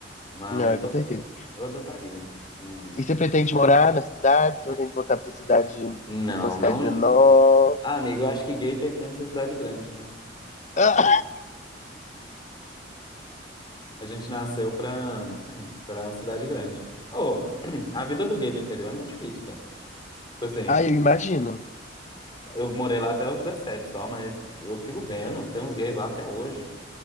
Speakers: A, on the left; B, on the left.
A: Mas
B: Não, é com
A: eu,
B: certeza.
A: eu adotaria. Hum.
B: E você pretende morar na cidade? Você pretende voltar pra sua cidade,
A: Não,
B: uma cidade
A: não.
B: menor?
A: Ah, amigo, eu acho que gay pertence à cidade grande, né?
B: <laughs>
A: A gente nasceu pra, pra cidade grande. Ô, a vida do gay do interior é muito difícil, velho. Tipo assim.
B: Ah, eu imagino.
A: Eu morei lá até os 17 só, mas eu fico vendo, tem uns gays lá até hoje.